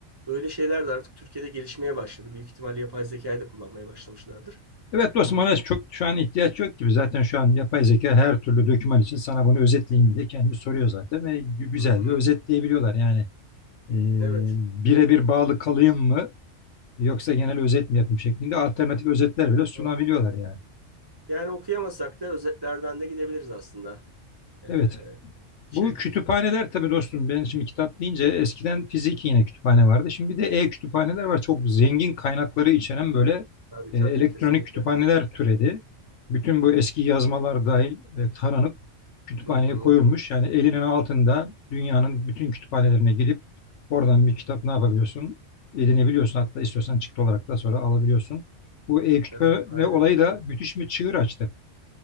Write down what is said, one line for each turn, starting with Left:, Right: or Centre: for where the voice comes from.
Right: Böyle şeyler de artık Türkiye'de gelişmeye başladı. Büyük ihtimalle yapay zekayı da kullanmaya başlamışlardır.
Left: Evet dostum
Right: Hani
Left: ona çok şu an ihtiyaç yok gibi. Zaten şu an yapay zeka her türlü doküman için sana bunu özetleyin diye kendi soruyor zaten ve gü- güzel
Right: hı hı,
Left: de özetleyebiliyorlar. Yani e,
Right: evet.
Left: birebir bağlı kalayım mı yoksa genel özet mi yapayım şeklinde alternatif özetler bile sunabiliyorlar
Right: Evet.
Left: yani.
Right: Yani okuyamasak da özetlerden de gidebiliriz aslında. Ee,
Left: Evet
Right: içerik
Left: Bu kütüphaneler tabii dostum ben şimdi kitap deyince eskiden fiziki yine kütüphane vardı. Şimdi bir de e-kütüphaneler var. Çok zengin kaynakları içeren böyle
Right: tabii
Left: e,
Right: tabii
Left: elektronik
Right: kesinlikle.
Left: kütüphaneler türedi. Bütün bu eski yazmalar dahil e, taranıp kütüphaneye
Right: Hı hı,
Left: koyulmuş. Yani elinin altında dünyanın bütün kütüphanelerine gidip oradan bir kitap ne yapabiliyorsun? Edinebiliyorsun hatta istiyorsan çıktı olarak da sonra alabiliyorsun. Bu e-kütüphane
Right: evet aynen.
Left: olayı da müthiş bir çığır açtı.